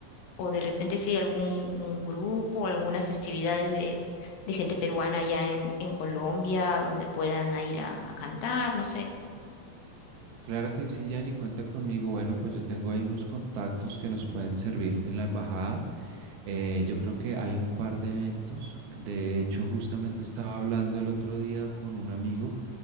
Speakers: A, on the left (about 75°); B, on the right (about 90°).
A: o de repente si hay algún un grupo o algunas festividades de, de gente peruana allá en, en Colombia donde puedan ir a a cantar, no sé.
B: Claro que sí, Yanni, cuenta conmigo. Bueno, pues yo tengo ahí unos contactos que nos pueden servir en la embajada. Eh, yo creo que hay un par de eventos. De hecho, justamente estaba hablando el otro día con un amigo.